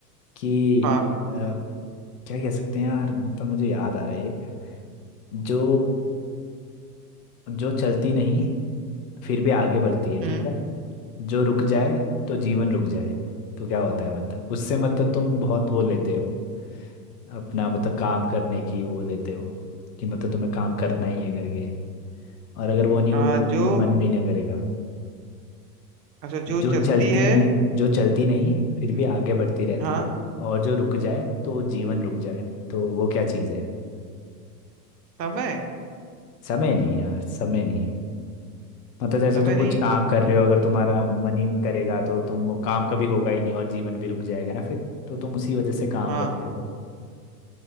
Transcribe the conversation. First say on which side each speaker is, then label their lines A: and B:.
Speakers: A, on the left (about 70°); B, on the right (about 80°).
A: कि
B: हाँ
A: अ, क्या कह सकते हैं यार मतलब मुझे याद आ रहा है एक। जो जो चलती नहीं फिर भी आगे बढ़ती है
B: हम्म
A: ठीक है जो रुक जाए तो जीवन रुक जाए तो क्या होता है मतलब उससे मतलब तुम बहुत वो लेते हो अपना मतलब काम करने की वो लेते हो कि मतलब तुम्हें काम करना ही है करके और अगर वो नहीं
B: आ,
A: होगा तो तुम्हें
B: जो
A: मन भी ना करेगा
B: अच्छा जो
A: जो
B: चलती
A: चलती
B: है
A: में जो चलती नहीं फिर
B: हम्म,
A: भी आगे बढ़ती रहती
B: हाँ
A: है और जो रुक जाए तो जीवन रुक जाए तो वो क्या चीज़ है
B: समय
A: समय नहीं यार समय नहीं मतलब जैसे
B: समय
A: तुम
B: नहीं
A: कुछ काम कर रहे हो अगर तुम्हारा मन ही नहीं करेगा तो तुम वो काम कभी होगा ही नहीं और जीवन भी रुक जाएगा ना फिर तो तुम उसी वजह से काम
B: हाँ
A: करते हो